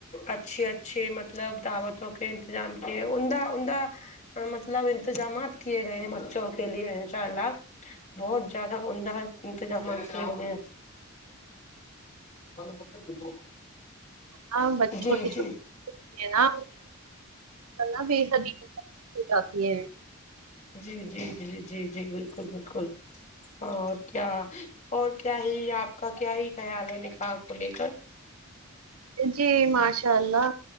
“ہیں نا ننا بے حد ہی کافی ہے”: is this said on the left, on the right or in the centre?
Right